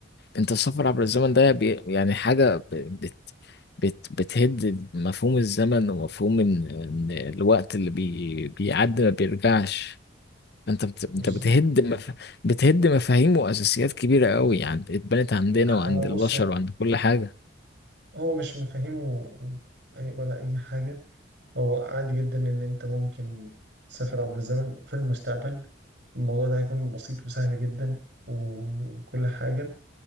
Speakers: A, on the left; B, on the right.
A: انت السفر عبر
B: انا
A: الزمن ده بي يعني حاجة ب- بت بت بتهد مفهوم الزمن ومفهوم ان ان الوقت اللي بي بيعدي ما بيرجعش انت بت انت
B: مش
A: بتهد مف بتهد مفاهيم واساسيات كبيرة قوي يعني اتبنت عندنا
B: لا
A: وعند
B: هو
A: البشر
B: بص هو
A: وعند كل حاجة
B: هو مش مفاهيمه أي- ولا اي حاجة هو عادي جدا إن أنت ممكن تسافر عبر الزمن في المستقبل الموضوع ده هيكون بسيط وسهل جدا وكل حاجة